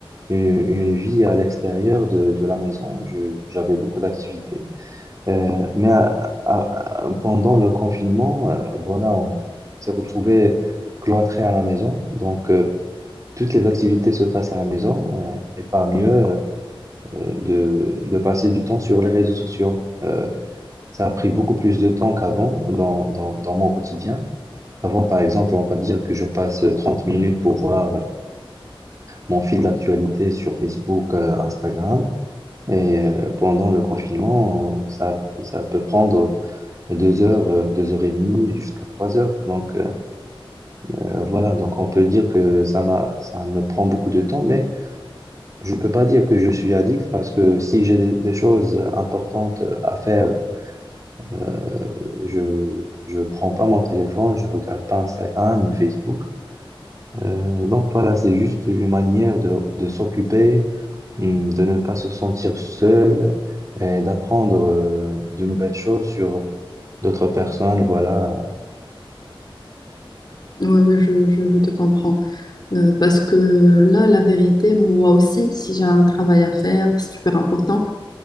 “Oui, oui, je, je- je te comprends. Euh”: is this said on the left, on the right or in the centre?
Left